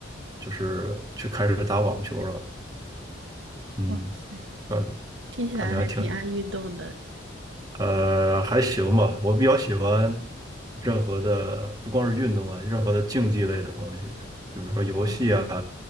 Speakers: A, on the right; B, on the right.
A: 就是去开始打网球了。嗯，
B: 哇塞，
A: 嗯，
B: 听起来还挺爱运动的。
A: 感觉还挺呃，还行吧。我比较喜欢任何的，不光是运动啊，任何的竞技类的东西，就比如说游戏啊，
B: 哦